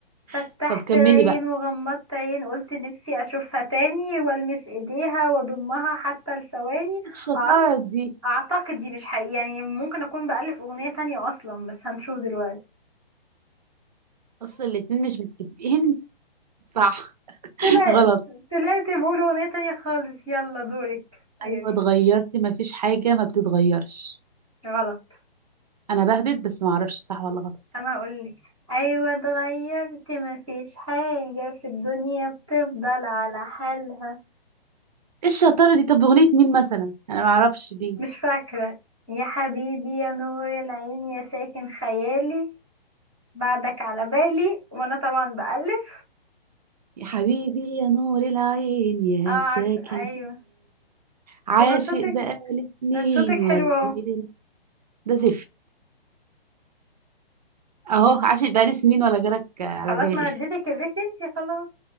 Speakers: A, in the centre; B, on the right.
A: فتحت
B: <laughs> طب كملي
A: عين
B: بقى
A: وغمضت عين قلت نفسي أشوفها تاني والمس ايديها واضمها حتى لثواني
B: إيه الشطاره
A: أعت-
B: دي
A: اعتقد دي مش حقيقي يعني ممكن اكون بألف اغنية تانية اصلا بس هنشوف دلوقتي
B: اصل الاتنين مش متفقين صح <laughs>
A: طلعت
B: غلط
A: طلعت بقول اغنية تانية خالص يلا دورك إيه،
B: ايوه اتغيرتي ما فيش حاجه ما بتتغيرش
A: غلط
B: انا بهبت بس ما اعرفش صح ولا غلط
A: انا هقولك ايوه اتغيرت مفيش حاجة في الدنيا بتفضل على حالها
B: ايه الشطاره دي طب اغنيه مين مثلا انا ما اعرفش دي
A: مش فاكرة يا حبيبي يا نور العين يا ساكن خيالي بعدك على بالي وانا طبعا بألف
B: يا حبيبي يا نور العين يا
A: اه عارف
B: ساكن
A: ايوه
B: عاشق
A: طب ما انت صوتك
B: بقالي سنين
A: ما انت صوتك حلو
B: ولا
A: اهو
B: غيرك ده زفت اهو عاشق بقالي سنين ولا غيرك على
A: خلاص
B: بالي
A: ما أنا اديتك الريت انتي خلاص